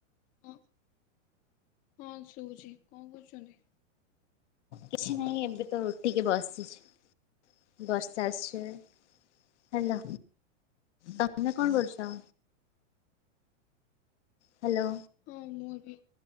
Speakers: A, on the left; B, on the left.
A: ହଁ ହଁ ଶୁଭୁଛି, କଣ କରୁଛନ୍ତି?
B: କିଛି ନାଇଁ ଏବେ ଉଠିକି ବସିଛି ବର୍ଷା ଆସୁଛି ଏବେ। ହ୍ୟାଲୋ ତମେ, କଣ କରୁଛ? ହ୍ୟାଲୋ।
A: ହଁ ମୁଁ ବି